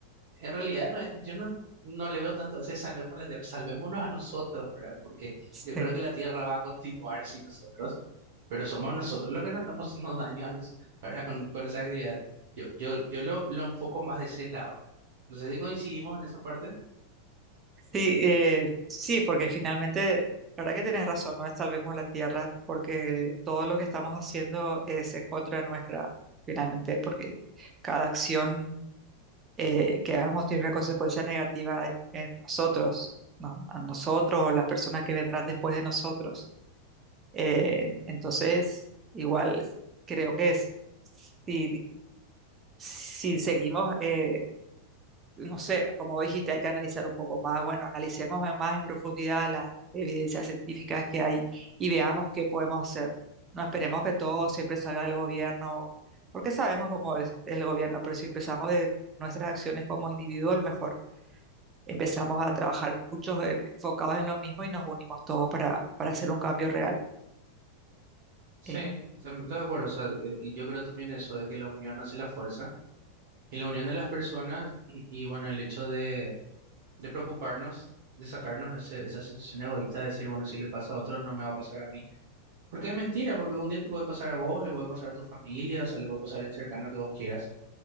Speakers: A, on the right; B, on the right.
A: en realidad, no es- yo no, no le veo tanto a ese salvemos la tierra, salvémonos a nosotros, ¿verdad? Porque
B: sí,
A: yo creo que la tierra va a continuar sin nosotros, pero somos nosotros los que nos estamos haciendo daño a nos, ¿verdad? Con, con esas actividades. Yo, yo, yo lo, lo enfoco más de ese lado. No sé si coincidimos en esa parte.
B: sí, eh, sí, porque finalmente, la verdad que tienes razón, no es salvemos la tierra, porque todo lo que estamos haciendo es en contra de nuestra, finalmente, porque cada acción eh, que hagamos tiene una consecuencia negativa en, en nosotros, ¿no? A nosotros o las personas que vendrán después de nosotros. Eh, entonces, igual creo que es, si, si seguimos... eh, no sé, como dijiste, hay que analizar un poco más. Bueno, analicemos más en profundidad las evidencias científicas que hay y veamos qué podemos hacer. No esperemos que todo siempre salga del gobierno, porque sabemos cómo es, es el gobierno, pero si empezamos de nuestras acciones como individuo, a lo mejor empezamos a trabajar muchos en- enfocados en lo mismo y nos unimos todos para, para hacer un cambio real.
A: Sí,
B: Eh,
A: totalmente de acuerdo. O sea, eh, y yo creo también eso de que la unión hace la fuerza y la unión de las personas y, y bueno, el hecho de, de preocuparnos, de sacarnos ese- esa sensación egoísta de decir, bueno, si le pasa a otro, no me va a pasar a mí. Porque es mentira, porque un día te puede pasar a vos, le puede pasar a tu familia, o sea, le puede pasar a alguien cercano que vos quieras.